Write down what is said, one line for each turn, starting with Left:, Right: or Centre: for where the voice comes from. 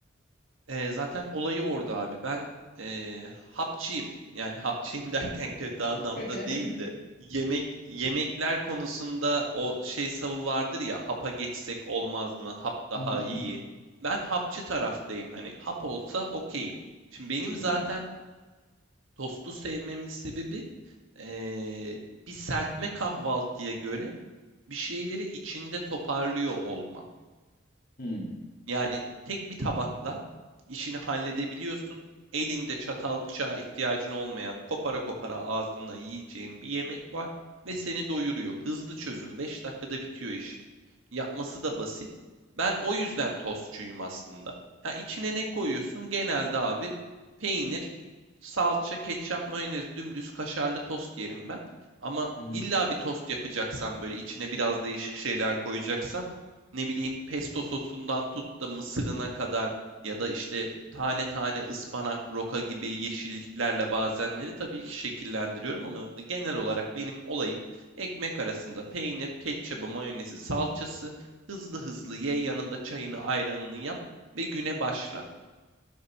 Right: Ee, zaten olayı orada abi. Ben ee, hapçıyım. Yani <laughs> hapçıyım derken kötü anlamda
Left: <laughs>
Right: değil de. Yemek yemekler konusunda o şey savı vardır ya hapa geçsek olmaz mı? Hap daha
Left: Hı hı
Right: iyi.
Left: hı.
Right: Ben hapçı taraftayım. Hani hap olsa okeyim. Şimdi benim
Left: Hı.
Right: zaten tostu sevmemin sebebi ee, bir serpme kahvaltıya göre bir şeyleri içinde toparlıyor olman.
Left: Hı.
Right: Yani tek bir tabakla işini halledebiliyorsun. Elinde çatal bıçağa ihtiyacın olmayan, kopara kopara ağzınla yiyeceğin bir yemek var ve seni doyuruyor. Hızlı çözüm, 5 dakikada bitiyor işin. Yapması da basit. Ben o yüzden tostçuyum aslında. Ha içine ne koyuyorsun? Genelde abi peynir, salça, ketçap, mayonez, dümdüz kaşarlı tost yerim ben. Ama
Left: Hı hı.
Right: illa bir tost yapacaksan böyle içine biraz değişik şeyler koyacaksan ne bileyim pesto sosundan tut da mısırına kadar ya da işte tane tane ıspanak, roka gibi yeşilliklerle bazenleri tabii ki şekillendiriyorum ama genel olarak benim olayım ekmek arasında peynir, ketçabı, mayonezi, salçası hızlı hızlı ye yanında çayını ayranını yap ve güne başla.